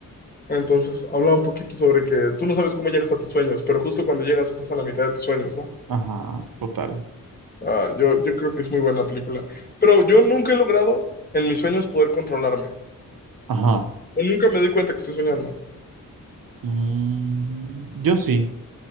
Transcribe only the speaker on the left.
Entonces, habla un poquito sobre que tú no sabes cómo llegas a tus sueños, pero justo cuando llegas estás a la mitad de tus sueños, ¿no?
Ah, yo, yo creo que es muy buena película. Pero yo nunca he logrado en mis sueños poder controlarme.
O nunca me doy cuenta que estoy soñando.